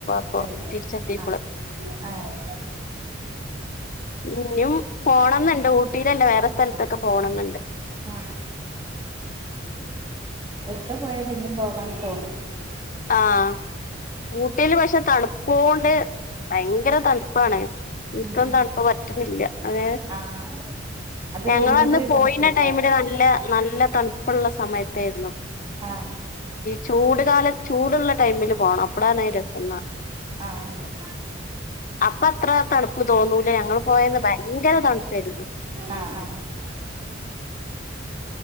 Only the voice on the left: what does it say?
പ്പോ
തിരിച്ചെത്തിയപ്പോള്
ഇഞ്ഞും പോണന്നുണ്ട് ഊട്ടിയിലല്ലേ വേറെ സ്ഥലത്തൊക്കെ പോണന്നുണ്ട്.
ആഹ് ഊട്ടില് പഷെ തണുപ്പോണ്ട് ഭയങ്കര തൺപ്പാണ് എനിക്കൊന്നു
തൺപ്പ്പറ്റുന്നില്ല അതെ
ഞങ്ങളന്ന്
പോയിന
ടൈമില് നല്ല നല്ല തൺപ്പുള്ള സമയത്തേയരുന്നു
ചൂട്കാല ചൂടുള്ള ടൈമില് പോണം അപ്പളാണ് രസു
അപ്പത്ര തണുപ്പ് തോന്നൂല ഞങ്ങള് പോയന്ന് ഭയങ്കര തണുപ്പേരുന്നു